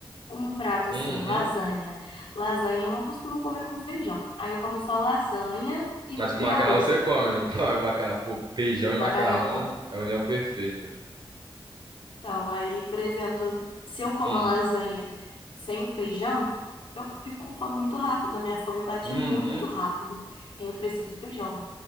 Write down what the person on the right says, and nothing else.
Uhum.
Mas com
macarrão
você come, não come macarrão? Pô, feijão e
macarrão
é a união perfeita.
Hum.
Uhum.